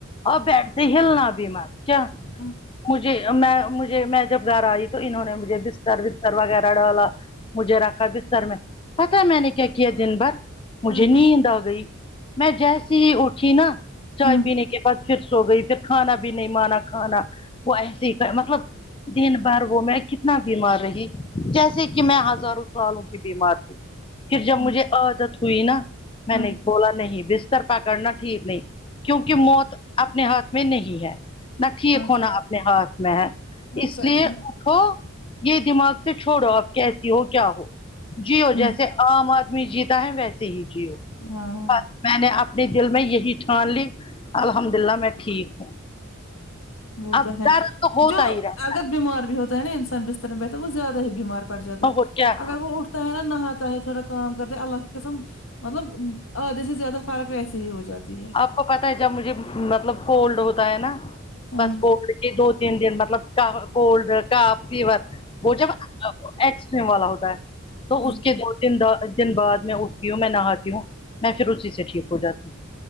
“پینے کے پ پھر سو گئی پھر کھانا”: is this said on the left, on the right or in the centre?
Left